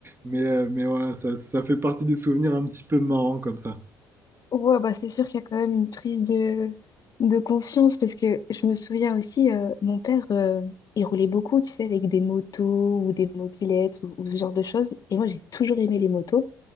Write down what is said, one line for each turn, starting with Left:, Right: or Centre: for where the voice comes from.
Right: mais, euh, mais voilà, ça, ça fait partie des souvenirs un petit peu marrants comme ça.
Left: Ouais, bah c'est sûr qu'il y a quand même une prise de, de conscience, parce que je me souviens aussi, euh, mon père, euh, il roulait beaucoup, tu sais, avec des motos ou des mobilettes ou, ou ce genre de choses. Et moi, j'ai toujours aimé les motos.